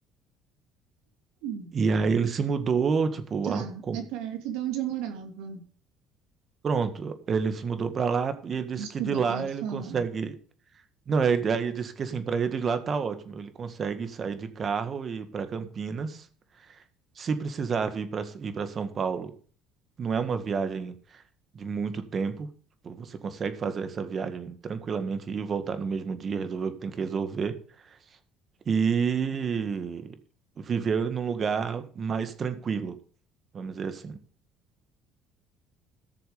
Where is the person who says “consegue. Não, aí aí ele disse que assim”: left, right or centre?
Right